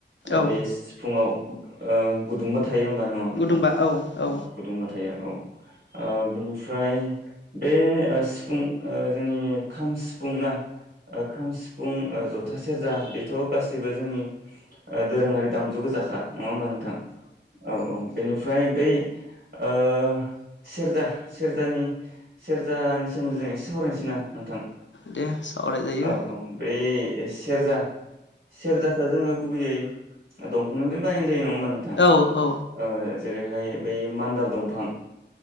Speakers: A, on the right; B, on the left.
A: ओ
B: औ
A: बे सिफुंङाव ओ गुदुंबा। थायो होमबा नङा नोंथां
B: गुदुंबा औ औ
A: अ गुदुंबा थायो औ। ओ बिनि ओमफ्राय बे ओ सिफुं ओ जोंनि खाम, सिफुं ना खाम सिफुं ओ जथा सेरजा बेथ' गासैबो जोंनि ओ दोरोङारि दामजु गोजाखा। नङा होमबा नोंथां औ औ। बेनिफ्राय बे ओ सेरजा सेरजानि सेरजानि सोमोन्दै जों एसे सावरायनोसै ना नोंथां
B: दे सावरायजायो
A: औ औ बै सेरजा सेरजाखो जोङो गुबैयै दंफांनिफ्रायनो बायनाय जायो न नङा होमबा नोंथां
B: औ औ
A: ओ जेरैहाय बै मान्दार दंफां